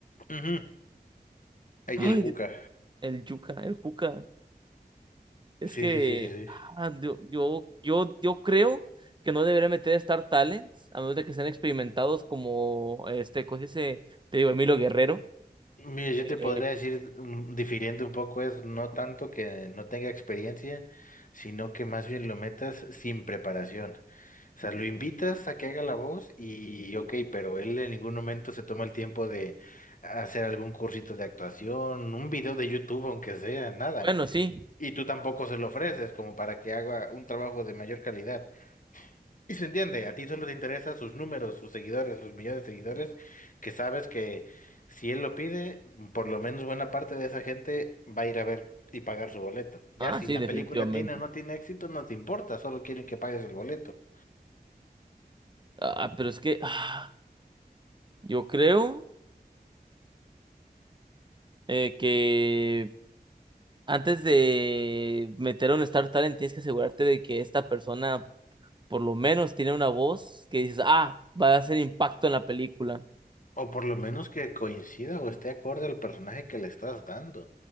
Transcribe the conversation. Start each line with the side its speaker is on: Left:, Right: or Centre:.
Left: ujú. Ay,
Right: Ay,
Left: el cuca.
Right: Dios, el Yuka, el Juca. Es
Left: Sí,
Right: que
Left: sí, sí, sí, sí.
Right: ah, yo, yo, yo, yo creo que no debería meter Star Talents, a menos de que sean experimentados como este, coge ese, te digo, Emilio Guerrero.
Left: Mira, yo
Right: Eh,
Left: te podría decir, mm, difiriendo un poco, es no tanto que no tenga experiencia, sino que más bien lo metas sin preparación. O sea, lo invitas a que haga la voz y ok, pero él en ningún momento se toma el tiempo de hacer algún cursito de actuación, un video de YouTube, aunque sea, nada.
Right: bueno, sí.
Left: Y tú tampoco se lo ofreces como para que haga un trabajo de mayor calidad. Y se entiende, a ti solo te interesan sus números, sus seguidores, sus millones de seguidores, que sabes que si él lo pide, por lo menos buena parte de esa gente va a ir a ver y pagar su boleto. Ya
Right: Ah,
Left: si
Right: sí,
Left: la
Right: definitivamente.
Left: película tiene o no tiene éxito, no te importa, solo quieren que pagues el boleto.
Right: Ah, pero es que ah, yo creo eh, que antes de meter a un Star Talent tienes que asegurarte de que esta persona por lo menos tiene una voz que dices, ah, va a hacer impacto en la película.
Left: O por lo menos que coincida o esté acorde al personaje que le estás dando,